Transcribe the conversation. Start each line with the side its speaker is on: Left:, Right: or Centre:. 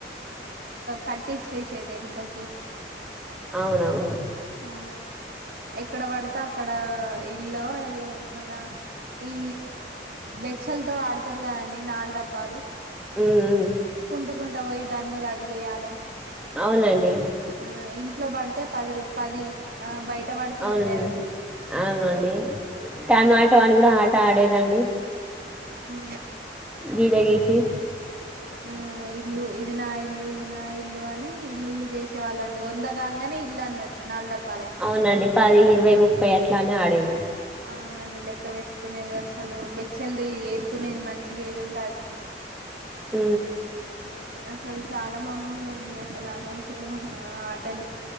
Right: కట్టి స్ట్రేచ్ ద వెనకాకి
Centre: అవునవును
Right: ఆ ఎక్కడ పడితే అక్కడ ఇల్లు అదే మళ్ళా ఈ బెచ్చలతో ఆడు వస్తారు కదండి నాలుగు డబ్బాలు
Centre: ఉం
Right: ఉంటుకుంటా పోయి దాని మీద అడిగేయాలి
Centre: అవునండి
Right: ఆ ఇంట్లో పడితే పది పది ఆ బయట పడితే
Centre: అవునండి
Right: ఇరవై అని
Centre: అవునండి టైమాట అని కూడా ఆ తాడేదండి
Right: ఆ
Centre: గీత గీసి
Right: ఆ ఇల్లు ఇది నా ఇల్లు ఇది నా ఇల్లు అని ఇల్లులు చేసే వాళ్ళండి వందగాగానే ఇల్లు అన్నట్టు నాలుగు డబ్బు
Centre: అవునండి పది ఇరవై ముప్పై అట్ల అనే ఆడేవి
Right: అవునండి లెక్క పెట్టుకునేది అసలు బెచ్చల్ది ఏరుకునేది మంచిగా ఏది ఉంటుది
Centre: అ
Right: అసలు చాలా బాగు అదాన్ని అసలు ఆ రోజులు ఆటలు